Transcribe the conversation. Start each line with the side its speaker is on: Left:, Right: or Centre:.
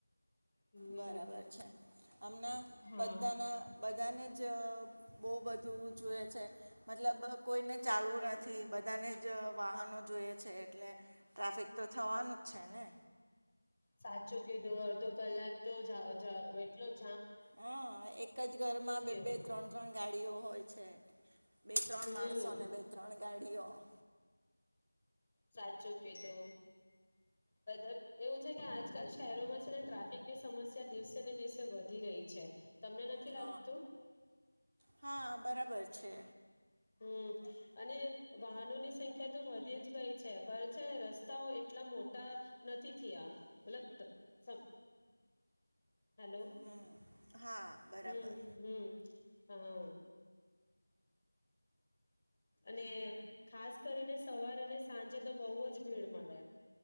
Left: હમ.
Right: બરાબર છે હમના
Left: હા
Right: બધાના બધાને જ બહુ બધું જોયે છે મતલબ કોઈને ચાલવું નથી બધાને જ વાહનો જોયે છે એટલે ટ્રાફિક તો થવાનું જ છે ને
Left: સાચું કીધું અડધો કલાક તો જ જ <unintelligible>
Right: હા એક જ ઘરમાં
Left: કેવું
Right: બે બે ત્રણ ત્રણ ગાડીઓ હોય છે બે ત્રણ
Left: હમ
Right: માણસો અને બે ત્રણ ગાડીઓ <inaudible>
Left: સાચું કે તો મતલબ એવું કે આજકાલ શહેરોમાં છે ને ટ્રાફિકની સમસ્યા દિવસે ને દિવસે વધી રહી છે. તમને નથી
Right: હ
Left: લાગતું
Right: હા બરાબર છે. છે.
Left: હમ અને વાહનોની સંખ્યા તો વધી જ ગઈ છે પણ છે રસ્તાઓ એટલા મોટા નથી થયા મતલબ ટબ સબ હાલો
Right: હમ હા બરાબર
Left: હમ હમ હા અને ખાસ કરીને સવારેને સાંજે તો બોવ જ ભીડ મળે